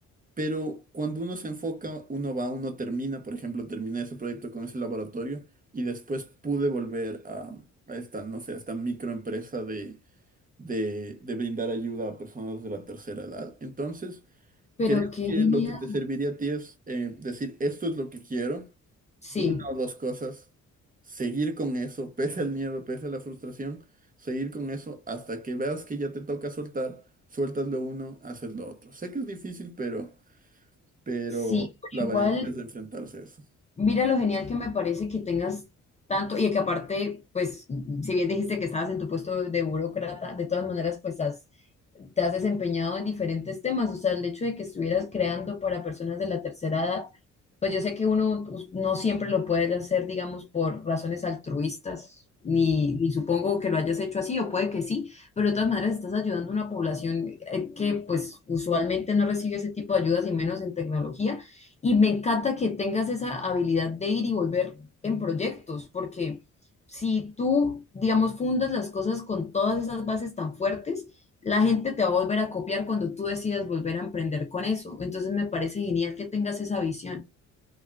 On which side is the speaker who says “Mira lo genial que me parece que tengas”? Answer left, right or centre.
Left